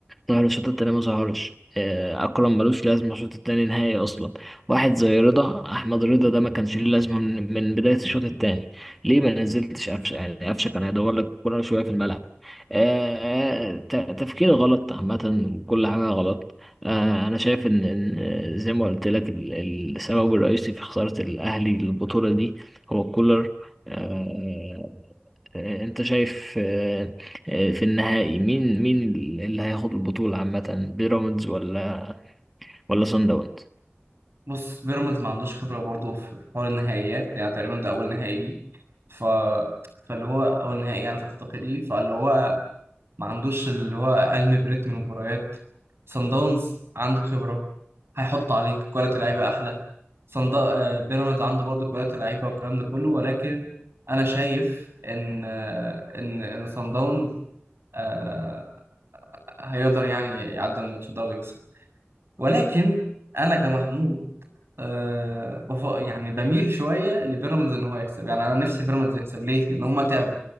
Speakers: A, in the centre; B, on the right (about 70°).
A: طاهر الشوط التاني ما ظهرش آه، اكرم ملوش لازمه الشوط التاني نهائي اصلا واحد زي رضا احمد رضا ده ما كانش ليه لازمه من, من بدايه الشوط التاني ليه ما نزلتش قفشه يعني قفشه كان هيدور لك كل شويه في الملعب آه، آه، ت- تفكير غلط عامه وكل حاجه غلط آه، أنا شايف إن إن آه، زي ما قلت لك ال- ال- السبب الرئيسي في خسارة الأهلي للبطولة دي هو كولر آه، آه، أنت شايف آه، آه، في النهائي مين مين اللي هياخد البطولة عامة بيراميدز ولا ولا صن داونز؟
B: بص بيراميدز ما عندوش خبرة برضه في حوار النهائيات يعني تقريبا ده أول نهائي ليه ف... فاللي هو أول نهائي يعني في أفريقيا ليه فاللي هو ما عندوش اللي هو علم بريتم المباريات صن داونز عنده خبرة هيحط عليك كواليتي لعيبة أحلى صن دا... آه، بيراميدز عنده برضه كواليتي لعيبة والكلام ده كله ولكن أنا شايف إن آه، إن إن صن داونز آه، هيقدر يعني يعدي الماتش ده ويكسب ولكن انا كمحمود أه بف... يعني بميل شويه لبيراميدز ان هو يكسب يعني انا نفسي بيراميدز يكسب ليه لان هما تعبوا